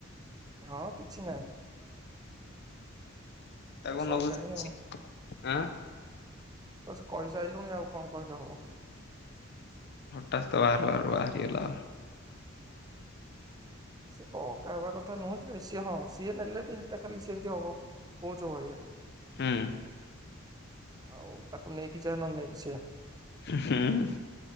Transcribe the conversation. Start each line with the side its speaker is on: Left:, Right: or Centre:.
Right: ହଁ କିଛି ନାହିଁ।
Left: ତାକୁ
Right: ତ ସଇଲାଣି
Left: ନବୁ
Right: ଆଉ
Left: <unintelligible> ଆଁ
Right: ତ ସ କହି ସାରିଲୁଣି ଆଉ କଣ କହିଲେ ହବ।
Left: ହାଟାସ୍ତ ବାହାରୁ ବାହାରୁ ବାହାରି ରି ଗଲା ଆଉ
Right: ସେ ତ ଅକାଳେ ବାଦ କଥା ନୁହଁ ସିଏ ହଁ ସିଏ ନେଲେ ବି ହେଟା ଖାଲି ସେମିତି ହବ। କଉଚ ଭଳିଆ
Left: ହୁଁ
Right: ଆଉ ତାକୁ ନେଇକି ଯା ନ ନେଇକି ସେୟା
Left: ହୁ ହୁଁ ହୁଁ।